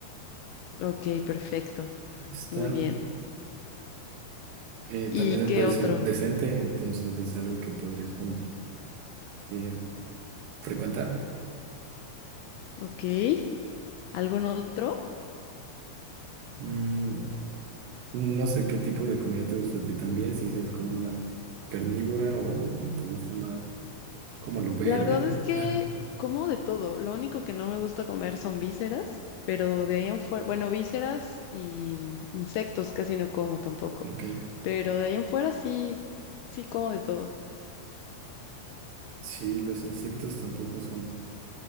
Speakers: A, on the left; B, on the right.
A: Ok, perfecto,
B: Está
A: muy bien.
B: eh,
A: ¿Y
B: también el
A: qué
B: precio
A: otro?
B: decente, entonces es algo que podrías como eh, frecuentar.
A: Ok, ¿algún otro?
B: Mm, no sé qué tipo de comida te gusta a ti también, si seas como más carnívora o te gusta más como lo verde.
A: La verdad es que
B: <laughs> Ah,
A: como de todo, lo único que no me gusta comer son vísceras, pero de ahí en fuera, bueno, vísceras y mm, insectos casi no como tampoco,
B: Ok.
A: pero de ahí en fuera sí, sí como de todo.
B: Sí, los insectos tampoco son.